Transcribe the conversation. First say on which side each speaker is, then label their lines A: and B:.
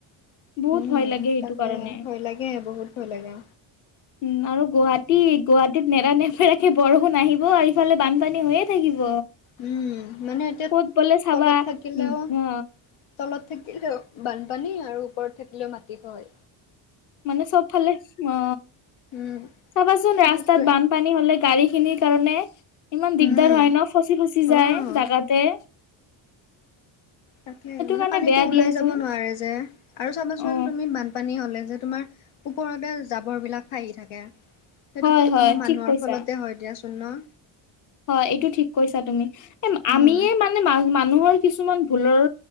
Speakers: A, on the left; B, on the left.
A: বহুত
B: উ
A: ভয় লাগে সেইটো
B: তাকে
A: কাৰণে
B: ভয় লাগে বহুত ভয় লাগা।
A: উম আৰু গুৱাহাটী গুৱাহাটীত নেৰানেপেৰা কে বৰষুণ আহিব আৰু ইফালে বানপানী হৈয়ে থাকিব।
B: উম মানে এতিয়া
A: ক'ত গ'লে চাবা
B: তলত থাকিলেও
A: উম অ
B: তলত থাকিলেও বানপানী আৰু ওপৰত থাকিলেও মাটি খহে।
A: মানে চবফালে, অ
B: উম
A: চাবাচোন ৰাস্তাত
B: সেইটোৱে
A: বান পানী হলে গাড়ী খিনিৰ কাৰণে ইমান দিগদাৰ
B: উম
A: হয় ন ফচি ফচি
B: অ'
A: যায় জেগাতে।
B: তাকে মানে
A: কাৰণে
B: পানীটো
A: বেয়া
B: ওলাই
A: দিয়াচোন
B: যাব নোৱাৰে যে আৰু চাবাচোন
A: অ
B: তুমি বান পানী হলে যে তোমাৰ ওপৰতে জাবৰ বিলাক ফাহি থাকে। সেইটোতো
A: হয় হয়
B: আমাৰ মানুহৰ
A: ঠিক কৈছা।
B: ফলতে হয় দিয়াচোন ন।
A: হয় এইটো ঠিক কৈছা তুমি এ
B: উম,
A: আমিয়ে মানে ম মানুহৰ কিছুমান ভুলৰ